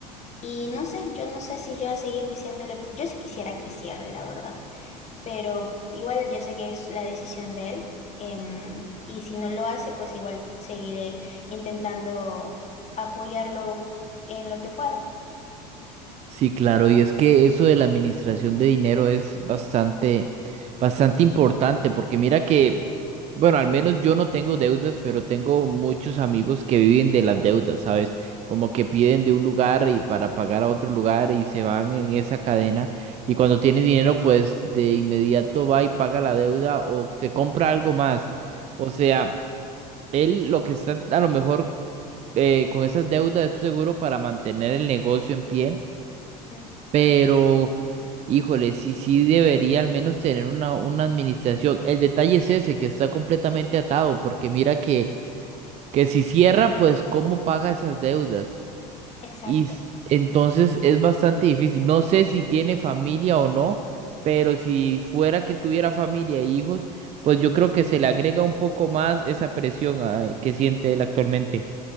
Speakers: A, on the left (about 30°); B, on the right (about 30°).
A: Y no sé, yo no sé si yo seguir diciéndole, yo sí quisiera que cierre, la verdad, pero igual yo sé que es la decisión de él. em, y si no lo hace, pues igual seguiré intentando apoyarlo en lo que puedo.
B: Sí, claro, y es que eso de la administración de dinero es bastante, bastante importante, porque mira que, bueno, al menos yo no tengo deudas, pero tengo muchos amigos que viven de las deudas, ¿sabes? Como que piden de un lugar y para pagar a otro lugar
A: Ujú,
B: y se van en esa cadena y cuando tiene dinero, pues de inmediato va y paga la deuda o se compra algo más. O sea, Él lo que está a lo mejor eh, con esas deudas es seguro para mantener el negocio en pie,
A: ujú,
B: pero híjole, sí, sí debería al menos tener una, una administración. El detalle es ese, que está completamente atado, porque mira que, que si cierra, pues cómo paga esas deudas.
A: Exacto.
B: Y s- entonces es bastante difícil. No sé si tiene familia o no, pero si fuera que tuviera familia e hijos, pues yo creo que se le agrega un poco más esa presión ah, que siente él actualmente.